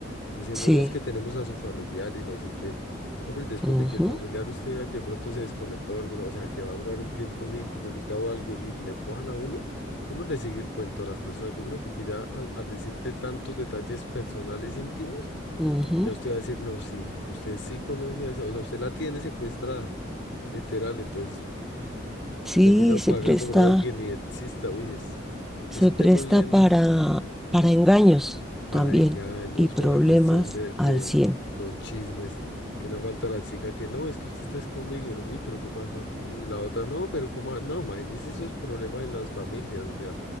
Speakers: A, on the left (about 70°); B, in the centre.
A: diciendo,
B: Sí.
A: no, es que tenemos a su familiar y no sé qué. Hombre, después
B: Ujú,
A: de que el familiar usted vea que de pronto se desconectó alguna, o sea, que va a durar un tiempo sin comunicado o algo y le cojan a uno, uno le sigue el cuento a las personas, yo creo, porque ya al, al decirte tantos detalles personales íntimos,
B: ujú.
A: ya usted va a decir, no, sí, usted sí conoce a esa, o sea, usted la tiene secuestrada literal, entonces
B: Sí,
A: terminan
B: se
A: pagando
B: presta.
A: por algo que ni exista. Uy, es,
B: se
A: es un
B: presta
A: tema bien
B: para, para engaños
A: para
B: también
A: engaños,
B: y problemas
A: para la cuestión de, de
B: al cien
A: los chismes, que no falta la chica que no, es que usted está conmigo, y uno, uy, pero ¿qué pasó aquí? Y la otra, no, pero ¿cómo? va-?". No, imagínese esos problemas en las familias, o sea,